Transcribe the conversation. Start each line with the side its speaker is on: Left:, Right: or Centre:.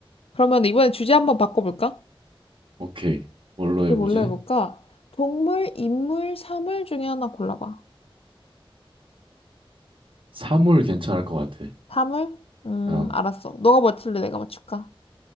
Left: 그러면 이번에 주제 한번 바꿔볼까?
Right: 오케이. 뭘로
Left: 주제
Right: 해보지?
Left: 뭘로 해볼까? 동물, 인물, 사물 중에 하나 골라봐.
Right: 사물 괜찮을 것 같아.
Left: 사물? 음,
Right: 그냥
Left: 알았어. 너가 맞출래? 내가 맞출까?